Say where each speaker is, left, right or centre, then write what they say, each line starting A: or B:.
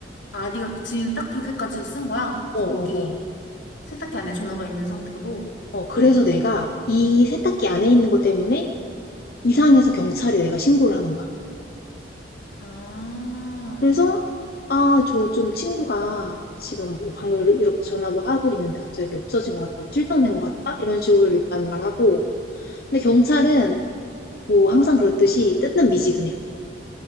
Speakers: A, on the left; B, on the left.
A: 아, 네가 지금 딱 그렇게까지 쓴 거야? 그래서
B: 어, 어,
A: 거기
B: 어.
A: 세탁기 안에 전화가 있는 상태로.
B: 어, 그래서
A: 음,
B: 내가 이 세탁기 안에 있는 것 때문에 이상해서 경찰에 내가 신고를 하는 거야.
A: 아,
B: 그래서 아, 저 좀 친구가 지금 뭐 방금 이렇게 전화 뭐 하고 있는데 갑자기 없어진 것 같다, 뭐 실종된 것 같다? 이런 식으로 일단 말하고. 근데 경찰은 뭐 항상 그렇듯이 뜯는 미지근해.